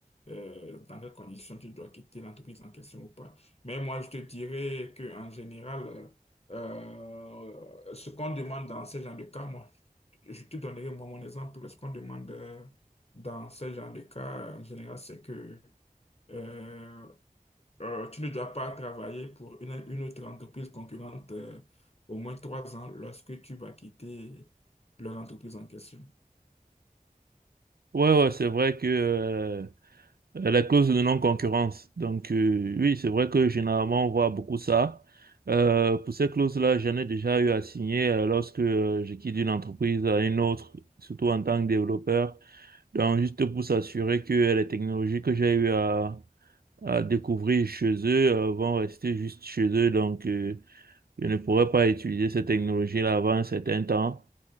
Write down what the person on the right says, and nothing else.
Ouais, ouais, c'est vrai que euh, Euh, La clause de non-concurrence. Donc, euh, oui, c'est vrai que généralement, on voit beaucoup ça. Euh, pour ces clauses-là, j'en ai déjà eu à signer euh, lorsque euh, je quitte une entreprise à une autre, surtout en tant que développeur. Donc, juste pour s'assurer que euh, les technologies que j'ai eu à, à découvrir chez eux euh, vont rester juste chez eux. Donc, euh, je ne pourrai pas utiliser ces technologies-là avant un certain temps.